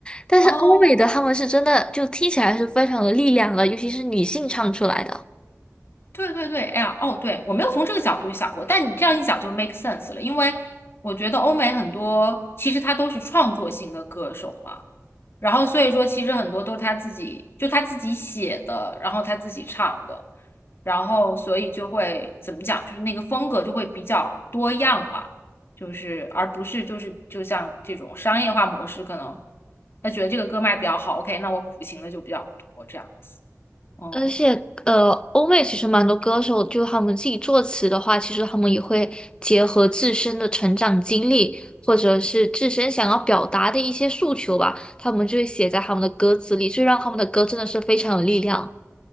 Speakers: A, on the left (about 20°); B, on the left (about 50°).
A: 但是欧美的他们是真的就听起来是非常有力量的，
B: 哦，
A: 尤其是女性唱出来的。
B: 对对对，哎呀，哦，对，我没有从这个角度想过，但你这样一讲就 make sense 了，因为我觉得欧美很多其实他都是创作型的歌手嘛。然后所以说，其实很多都是他自己，就他自己写的，然后他自己唱的，然后所以就会怎么讲，就是那个风格就会比较多样嘛，就是而不是就是就像这种商业化模式，可能他觉得这个歌卖比较好，OK，那我苦情的就比较多这样子，嗯，
A: 而且，呃，欧美其实蛮多歌手，就他们自己作词的话，其实他们也会结合自身的成长经历，或者是自身想要表达的一些诉求吧，他们就会写在他们的歌词里，就让他们的歌真的是非常有力量，